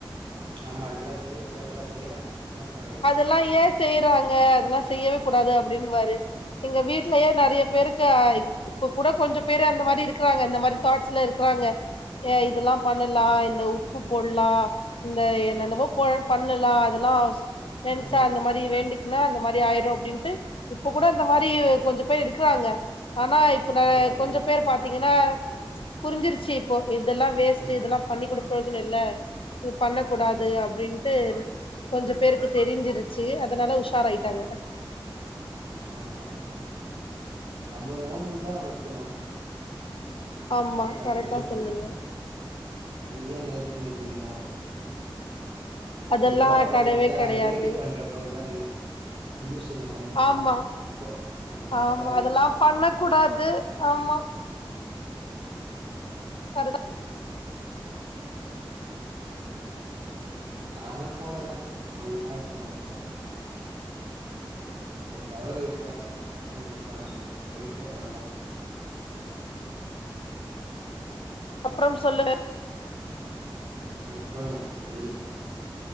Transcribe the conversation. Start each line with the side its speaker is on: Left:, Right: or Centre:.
Right: ஆமா அதெல்லா செய்ய கூடாதுதா செய்றாங்க என்ன பண்றது
Left: எல்லா ஏ செய்றாங்க அதெல்லா செய்யவே கூடாது அப்டினுவாரு எங்க வீட்லயே நெறைய பேருக்கு இங்க இப்ப கூட கொஞ்ச பேரு அந்த மாதிரி இருக்கறாங்க இந்த மாதிரி தாட்ஸ்ல இருக்கறாங்க ஏ இதெல்லா பண்ணலா இந்த உப்பு போட்லா இந்த என்னென்னமோ போவெ பண்ணலா அதெல்லா நெனச்சா
Right: ம்
Left: அந்த மாரி வேண்டிக்குங்க அந்த மாரி ஆயிரு அப்டின்ட்டு இப்ப கூட இந்த மாரி கொஞ்ச பேர் இருக்குறாங்க ஆனா இப்ப நா
Right: பண்றாங்க
Left: கொஞ்ச
Right: தா
Left: பேர் பாத்தீங்கன்னா புரிஞ்சிருச்சி இப்போ இதெல்லா வேஸ்ட்டு
Right: ம்
Left: இதெல்லா பண்ணிக்கூட பிரோஜனம் இல்ல இது பண்ண கூடாது அப்டின்ட்டு கொஞ்ச பேருக்கு தெரிஞ்சிருச்சு அதுனால உஷார் ஆய்ட்டாங்க
Right: ஆமா நம்ப நோம்பு தா வெக்கணு
Left: ஆமா
Right: அது
Left: கரெக்டா
Right: மாறி இருக்குமா
Left: சொன்னீங்க
Right: அதுக்கு ஏன் நெருப்பு மெதிக்கணு இப்ப
Left: அதெல்லா
Right: இதுல்லா பண்றது
Left: கெடையவே
Right: பாத்தா
Left: கெடையாது
Right: தேடு பண்ற போலதா இருக்குது ஜூஸ் இங்க பண்ணுவாங்களே
Left: ஆமா
Right: அப்போ அந்த மாறிதா
Left: ஆமா
Right: இருக்கு
Left: அதெல்லா
Right: இப்போ
Left: பண்ண கூடாது ஆமா
Right: உம் <unintelligible>
Left: கரட்டா
Right: நானு போவ அவள்லா இருக்க மாட்டே அவ்ளோதா ரெண்டு ஹவர் இருப்பே பசங்க கூப்ட்டாங்கன்னு சொல்ட்டு போயிட்டு அவள்தா
Left: அப்புறம் சொல்லுங்க
Right: <unintelligible> ம் சொல்லுங்க தோழி